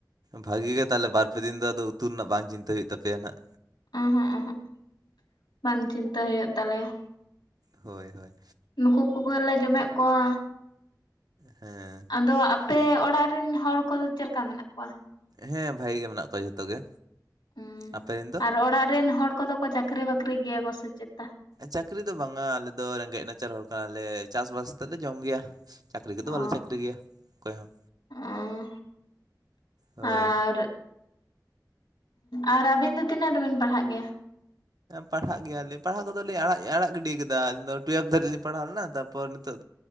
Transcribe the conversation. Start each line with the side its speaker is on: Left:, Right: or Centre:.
Right: ᱵᱷᱟᱹᱜᱤ ᱜᱮ ᱛᱟᱦᱚᱞᱮ ᱵᱟᱨ ᱯᱮ ᱫᱤᱱ ᱫᱚ ᱟᱫᱚ ᱩᱛᱩ ᱨᱮᱱᱟᱜ ᱵᱟᱝ ᱪᱤᱱᱛᱟᱹ ᱦᱩᱭᱩᱜ ᱛᱟᱯᱮᱭᱟ ᱱᱟᱦ
Left: ᱚ ᱦᱚᱸ ᱚ ᱦᱚᱸᱵᱟᱝ ᱪᱤᱱᱛᱟᱹ ᱦᱩᱭᱩᱜ ᱛᱟᱞᱮᱭᱟ
Right: ᱦᱚᱭ ᱦᱚᱭ
Left: ᱱᱩᱠᱩ ᱠᱚ ᱜᱮᱞᱮ ᱡᱚᱢᱮᱫ ᱠᱚᱣᱟ
Right: ᱦᱮᱸ
Left: ᱟᱫᱚ ᱟᱯᱮ ᱚᱲᱟᱜ ᱚᱲᱟᱜ ᱨᱮᱱ ᱦᱚᱲ ᱠᱚᱫᱚ ᱪᱮᱫ ᱞᱮᱠᱟ ᱢᱮᱱᱟᱜ ᱠᱚᱣᱟ
Right: ᱦᱮᱸ ᱵᱷᱟᱜᱤ ᱜᱮ ᱢᱮᱱᱟᱜ ᱠᱚᱣᱟ ᱡᱷᱚᱛᱚ ᱜᱮ
Left: ᱦᱩᱹ
Right: ᱟᱯᱮ ᱨᱮᱱ ᱫᱚ
Left: ᱟᱨ ᱚᱲᱟᱜ ᱨᱮᱱ ᱦᱚᱲ ᱠᱚᱫᱚ ᱠᱚ ᱪᱟᱹᱠᱨᱤ ᱵᱟᱹᱠᱨᱤ ᱜᱮᱭᱟ ᱠᱚ ᱥᱮ ᱪᱮᱫ
Right: ᱪᱟᱹᱠᱨᱤ ᱫᱚ ᱵᱟᱝ ᱟ ᱟᱞᱮ ᱫᱚ ᱨᱮᱸᱜᱮᱡ ᱱᱟᱪᱟᱨ ᱦᱚᱲ ᱠᱟᱱᱟᱞᱮ ᱪᱟᱥᱵᱟᱥ ᱛᱮᱫ ᱞᱮ ᱡᱚᱢ ᱜᱮᱭᱟ ᱪᱟᱹᱠᱨᱤ ᱠᱚᱫᱚ ᱵᱟᱞᱮ
Left: ᱚ
Right: ᱪᱟᱹᱠᱨᱤ ᱜᱮᱭᱟ ᱚᱠᱚᱭ ᱦᱚᱸ
Left: ᱚᱸ
Right: ᱦᱚᱭ
Left: ᱟᱨ ᱟᱨ ᱟᱹᱵᱤᱱ ᱫᱚ ᱛᱤᱱᱟᱹᱜ ᱨᱮᱵᱤᱱ ᱯᱟᱲᱦᱟᱜ ᱜᱮᱭᱟ
Right: ᱯᱟᱲᱦᱟᱜ ᱜᱮᱭᱟᱞᱤᱧ ᱯᱟᱲᱦᱟᱜ ᱠᱚᱫᱚᱞᱤᱧ ᱟᱲᱟᱜ ᱟᱲᱟᱜ ᱜᱤᱰᱤ ᱠᱟᱫᱟ ᱟᱹᱞᱤᱧ ᱫᱚ ᱴᱩᱭᱮᱞᱵᱷ ᱫᱷᱟᱹᱨᱤᱡ ᱞᱤᱧ ᱯᱟᱲᱦᱟᱣ ᱞᱮᱱᱟ ᱛᱟᱨᱯᱚᱨ ᱱᱤᱛᱚᱜ